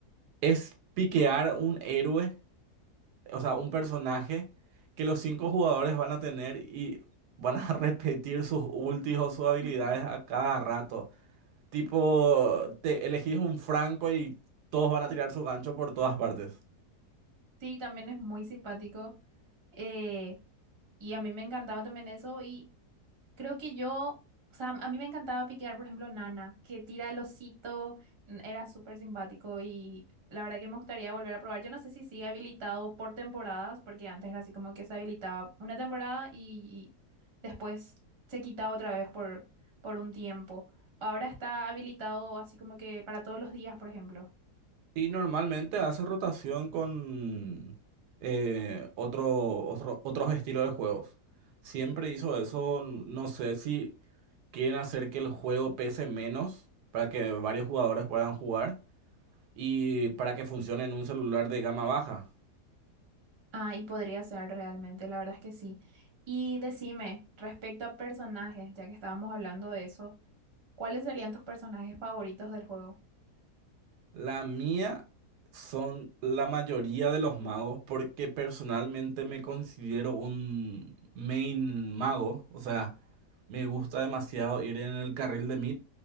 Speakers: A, on the right; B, on the right.
A: es piquear un héroe, o sea, un personaje que los cinco jugadores van a tener y van a <laughs> repetir sus ultis o sus habilidades
B: <laughs>
A: a cada rato. Tipo, te elegís un Franco y todos van a tirar su gancho por todas partes.
B: Sí, también es muy simpático. eh, y a mí me encantaba también eso. Y creo que yo, o sea, a mí me encantaba piquear, por ejemplo, Nana, que tira el osito. n- Era súper simpático y la verdad que me gustaría volver a probar. Yo no sé si sigue habilitado por temporadas, porque antes era así como que se habilitaba una temporada y, después se quitaba otra vez por, por un tiempo. Ahora está habilitado así como que para todos los días, por ejemplo.
A: Y normalmente hace rotación con eh, otro, otro- otros estilos de juegos. Siempre hizo eso, n- no sé si quieren hacer que el juego pese menos para que varios jugadores puedan jugar y para que funcione en un celular de gama baja.
B: Ah, y podría ser realmente, la verdad es que sí. Y decime, respecto a personajes, ya que estábamos hablando de eso, ¿cuáles serían tus personajes favoritos del juego?
A: La mía son la mayoría de los magos porque personalmente me considero un main mago, o sea, me gusta demasiado ir en el carril de mid